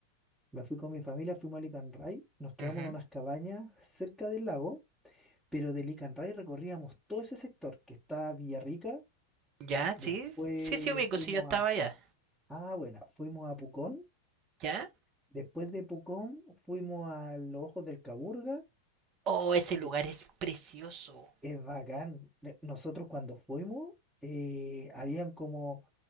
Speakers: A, in the centre; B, on the right.
A: me fui con mi familia, fuimos a Alicanray, nos quedamos
B: Ujú.
A: en unas cabañas cerca del lago, pero de Alicanray recorríamos todo ese sector que está Villarrica,
B: ¿Ya?
A: después
B: Sí. Sí, sí, ubico,
A: fuimos
B: sí, yo estaba
A: a,
B: allá.
A: ah, bueno, fuimos a Pucón,
B: ¿Ya?
A: después de Pucón fuimos a los Ojos del Caburga,
B: Oh, ese lugar
A: eh,
B: es precioso.
A: es bacán. Ne- Nosotros cuando fuimos, eh, habían como